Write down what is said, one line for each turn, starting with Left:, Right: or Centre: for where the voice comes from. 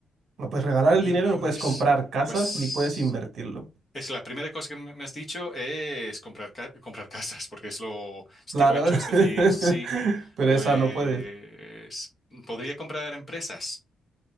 Right: No puedes regalar
Left: Mil
Right: el dinero,
Left: millones.
Right: no puedes comprar casas,
Left: Pues
Right: ni puedes invertirlo.
Left: es la primera cosa que me me has dicho es comprar, ca- comprar casas, porque es lo es
Right: Claro,
Left: tiro hecho.
Right: <laughs>
Left: Es decir, sí,
Right: pero
Left: pues
Right: esa no puedes.
Left: podría comprar empresas.